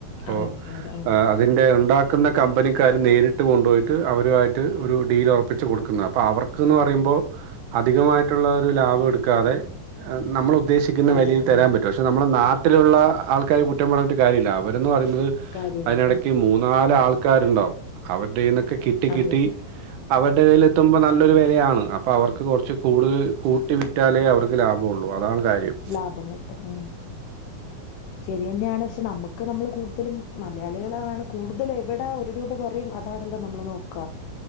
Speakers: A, on the right; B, on the left.
A: അപ്പോ
B: ആ! അതെ, അതെ. ആ!
A: അതിന്റെ ഒണ്ടാ ക്കുന്ന കമ്പനിക്കാര് നേരിട്ട് കൊണ്ടുപോയിട്ട് അവരുമായിട്ട് ഒരു ഡീല് ഒറപ്പിച്ച് കൊടുക്കുന്നതാ അപ്പോ അവര് <unintelligible> പറയുമ്പോൾ അധികമായിട്ട് മറ്റുള്ളവരുടെ ലാഭം എടുക്കാതെ നമ്മള് ഉദ്ദേശിക്കുന്ന
B: അതെ,
A: വെലയിൽ
B: അതെ.
A: തരാൻ
B: ആ!
A: പറ്റുവോ പക്ഷെ നമ്മുടെ നാട്ടി ട്ടിലുള്ള ആൾക്കാരെ കുറ്റം പറഞ്ഞിട്ട് കാര്യമില്ല അവരൊന്നും
B: കാര്യമില്ല.
A: അതിനെടക്ക് മൂന്നാല് ആൾ ക്കാരുണ്ടാവും അവരുടെ കൈ കിട്ടി
B: അതെ,
A: കിട്ടി
B: അതെ.
A: അവരുടെ കയ്യില് ത്ത നല്ലൊരു ാണ് അപ്പൊ അവർക്ക് കുറച്ച് കൂടുതൽ കൂട്ടി വിറ്റാലേ അവർക്ക് ലാഭമുള്ളു അതാണ് കാര്യം.
B: ലാഭം കിട്ടും ഉം ശരി തന്നെയാണ് പക്ഷെ നമുക്ക് നമ്മള് കൂടുതലും മലയാളികളാണ് കൂടുതല എവിടെ ഒരു രൂപ കുറയും അതാണല്ലോ നമ്മൾ നോക്കുക